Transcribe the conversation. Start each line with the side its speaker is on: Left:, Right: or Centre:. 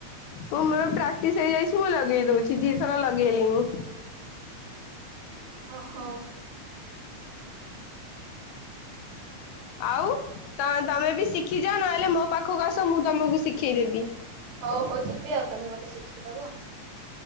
Left: ମୁଁ ମୋର ପ୍ରାକ୍ଟିସ୍ ହେଇଯାଇଛି ମୁଁ ଲଗେଇ ଦଉଛି ଦି ଥର ଲଗେଇଲିଣି।
Right: ଓହୋ।
Left: ଆଉ ତମେ ବି ଶିଖିଯାଅ ନହେଲେ ମୋ ପାଖକୁ ଆସ ମୁଁ ତମକୁ ଶିଖେଇଦେବି।
Right: ହଉ ହଉ ଯିବି ଆଉ ତମେ ମତେ ଶିଖେଇଦବ।